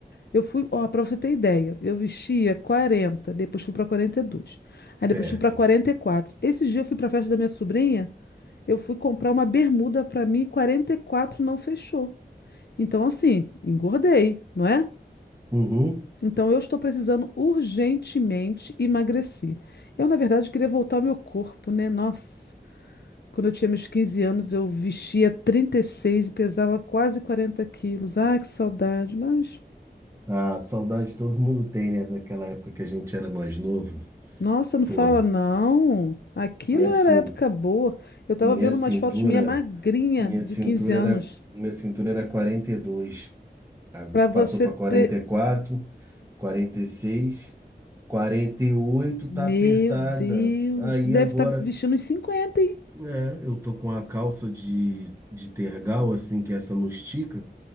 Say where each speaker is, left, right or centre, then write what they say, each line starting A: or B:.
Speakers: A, on the left; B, on the right.
A: Eu fui, ó, pra você ter ideia, eu vestia 40, depois fui pra 42.
B: Certo.
A: Aí depois fui pra 44. Esse dia eu fui pra festa da minha sobrinha, eu fui comprar uma bermuda pra mim, quarenta e quatro não fechou. Então assim, engordei, não é?
B: Uhum.
A: Então, eu estou precisando urgentemente emagrecer. Eu, na verdade, queria voltar ao meu corpo, né? Nossa, quando eu tinha meus 15 anos, eu vestia 36 e seis e pesava quase 40 quilos. Ai, que saudade. Mas,
B: A saudade todo mundo tem, né? Daquela época que a gente era mais novo.
A: nossa, não
B: Pô,
A: fala não. Aquilo
B: minha,
A: era
B: cin
A: época boa. Eu estava
B: minha
A: vendo
B: cintura,
A: umas fotos minha magrinha
B: minha
A: de
B: cintura
A: 15 anos.
B: era, minha cintura era 42,
A: Para você
B: passou para
A: ter.
B: quarenta quarenta e e quatro, quarenta e seis, quarenta e oito
A: Meu
B: tá apertada.
A: Deus,
B: Aí
A: tu deve
B: agora,
A: estar vestindo uns 50, hein?
B: é, eu tô com a calça de, de tergal, assim, que essa não estica,